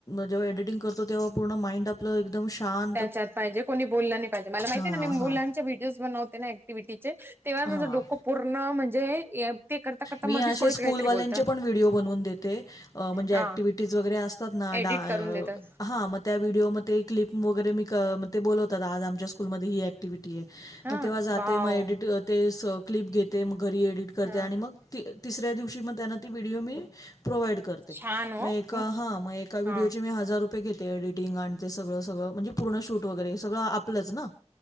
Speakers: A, on the left; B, on the right.
A: जेव्हा एडिटिंग करतो तेव्हा पूर्ण माइंड आपला एकदम शांत.
B: त्याच्यात पाहिजे कोणी बोलला नाही पाहिजे, मला माहिती
A: हां,
B: आहे ना मी मुलांचे
A: हां,
B: व्हिडिओज बनवते ना. एक्टिव्हटीचे तेव्हा माझं
A: हां.
B: डोकं पूर्ण म्हणजे, ते करता करता
A: मी
B: मधीच
A: असे
B: कोणीतरी
A: स्कूलवाल्यांचे
B: काहीतरी बोलत
A: पण व्हिडिओ बनवून देते. म्हणजे
B: हा
A: एक्टिव्हटीज वगैरे असतात ना
B: एडिट
A: डा
B: करून देतात
A: हा म त्या व्हिडिओमध्ये क्लिप वगैरे मी क ते बोलतात आज आमच्या स्कूलमध्ये ही ऍक्ट्ट ॲक्टिव्हटी आहे.
B: हा
A: मग तेव्हा जाते
B: वाव
A: मग एडिट ते स क्लिप घेते मग घरी एडिट करते
B: हा
A: आणि मग त तिसऱ्या दिवशी मग त्यांना ती व्हिडिओ मी प्रोव्हाइड करते. करते.
B: छान हो
A: म एका
B: खूप
A: ह मग एका व्हिडिओचे
B: हा
A: हजार रुपये रूपये घेते. एडिटिंग आणि ते सगळं सगळं म्हणजे पूर्ण शूट वगैरे सगळं आपलंच ना.